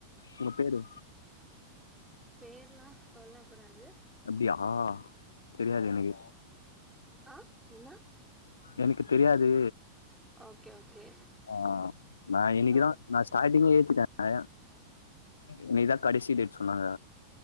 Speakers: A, on the left (about 70°); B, in the centre.
A: உங்க பேரு
B: பேருலா சொல்ல கூடாது
A: அப்டியா தெரியாது எனக்கு
B: ஆ என்னா
A: எனக்கு தெரியாது
B: ஓகே ஓகே
A: ஆ நா இன்னிக்குதா
B: ஓ
A: நா ஸ்டார்டிங்கல எய்த்துட்டே நெறயா இன்னிகுதா கடைசி டேட் சொன்னாங்க